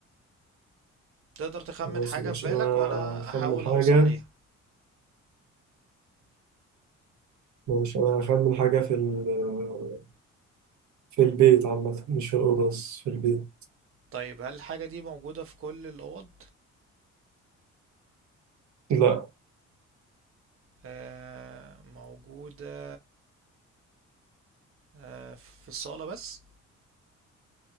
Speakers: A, on the right; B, on the right.
A: تقدر تخمن
B: خلاص
A: حاجة
B: مش
A: في بالك
B: أنا
A: وانا
B: أخمن
A: احاول
B: حاجة
A: اوصل ليها
B: مش أنا أخمن حاجة في ال- في البيت عامة مش في الأوضة بس في البيت
A: طيب هل الحاجة دي موجودة في كل الاوض
B: لا
A: آه موجودة آه في الصالة بس